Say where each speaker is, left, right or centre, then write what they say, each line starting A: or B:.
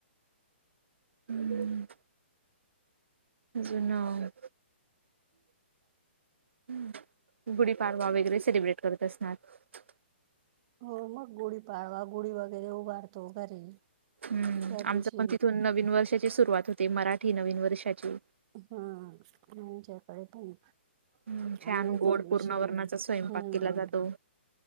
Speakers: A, on the right; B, on the right.
A: हम्म जुना आहे. हंम गुढीपाडवा वगैरे सेलिब्रेट करत असणार. ‍
B: हो मग गुढीपाढवा, गुढी वगैरे उभारतो घरी.
A: हम्म
B: त्या
A: आमचं
B: दिवशी
A: पण तिथून नवीन वर्षाची सुरुवात होते, मराठी नवीन वर्षाची.
B: हम्म आमच्याकडे पण.
A: हम्म छान
B: आम्ही
A: गोड
B: त्या दिवशी,
A: पूर्ण वर्णाचा स्वयंपाक
B: हम्म
A: केला जातो.